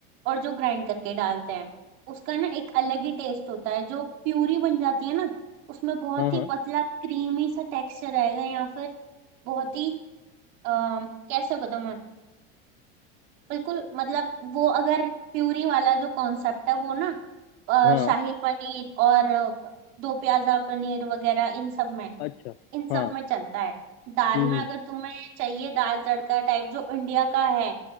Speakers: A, on the right; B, on the left.
A: और जो ग्राइंड करके डालते हैं उसका ना एक अलग ही टेस्ट होता है जो प्यूरी बन जाती है ना उसमें बहुत
B: हाँ
A: ही
B: हाँ
A: पतला क्रीमी सा टेक्सचर आएगा या फिर बहुत ही आ, कैसे बताऊं मैं बिल्कुल मतलब वो अगर प्यूरी वाला जो कॉन्सेप्ट है वो ना अ,
B: हाँ
A: शाही पनीर और अ, दो प्याजा पनीर वगैरह इन सब में
B: अच्छा
A: इन सब
B: हाँ
A: में चलता है दाल
B: हम्म
A: में
B: हम्म,
A: अगर तुम्हें चाहिए दाल तड़का टाइप जो इंडिया का है